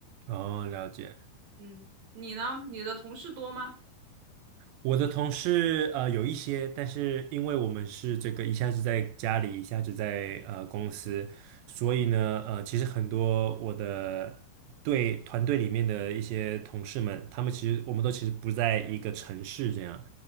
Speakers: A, on the right; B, on the right.
A: 哦，了解。
B: 嗯，你呢？你的同事多吗？
A: 我的同事呃有一些，但是因为我们是这个一下子在家里，一下子在呃公司，所以呢，呃，其实很多我的对团队里面的一些同事们，他们其实我们都其实不在一个城市这样，